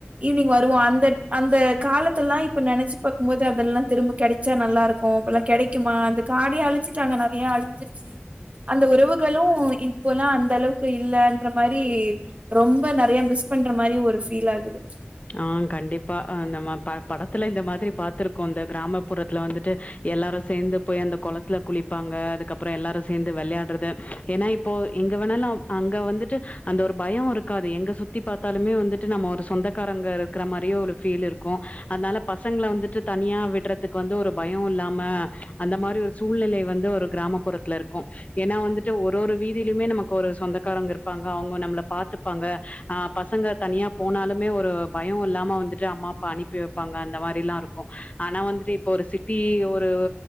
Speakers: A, on the right (about 30°); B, on the left (about 35°).
A: ஈவினிங் வருவோ அந்த அந்த காலத்துல்லா இப் இப்ப நெனச்ச பாக்கும் போது அதெல்லா திரும்ப கெடைச்சா நல்லாருக்கு இப்பெல்லா கெடைக்குமா அந்த காடே அழிச்சுட்டாங்க நெறைய அழிஞ்சிருச்சு அந்த உறவுகளு இப்போல்லா அந்த அளவுக்கு இல்லன்ற மாரி ரொம்ப நெறைய மிஸ் பண்ற மாரி ஒரு ஃபீல் ஆகுது
B: ஆ கண்டிப்பா நம்ம பா படத்துல இந்த மாதிரி பாத்துிருக்கோம் இந்த கிராமப்புறத்துல வந்துட்டு எல்லாரும் சேர்ந்து போய் அந்த குளத்துல குளிப்பாங்க அதுக்கப்புறம் எல்லாரும் சேர்ந்து விளையாடுறது ஏன்னா இப்போ எங்க வேணாலும் அங்க வந்துட்டு அந்த ஒரு பயம் இருக்காது எங்க சுத்தி பார்த்தாலுமே வந்துட்டு நம்ம ஒரு சொந்த காரங்க இருக்கிற மாரியே ஒரு ஃபீல் இருக்கும் அதனால பசங்கல வந்துட்டு தனியா விட்றதுக்கு வந்து ஒரு பயம் இல்லாம அந்த மாரி ஒரு சூழ்நிலை வந்து ஒரு கிராமப்புறத்துல இருக்கும் ஏன்னா வந்துட்டு ஒரு ஒரு வீதியிலயுமே நமக்கு ஒரு சொந்தக்காரங்க இருப்பாங்க அவங்க நம்மளை பாத்துப்பாங்க ஆ பசங்க தனியா போனாலும் ஒரு பய இல்லாம வந்துட்டு அம்மா அப்பா அனுப்பி வைப்பாங்க அந்த மாரில்லாம் இருக்கும் ஆனா வந்துட்டு இப்ப ஒரு சிட்டி ஆ ஒரு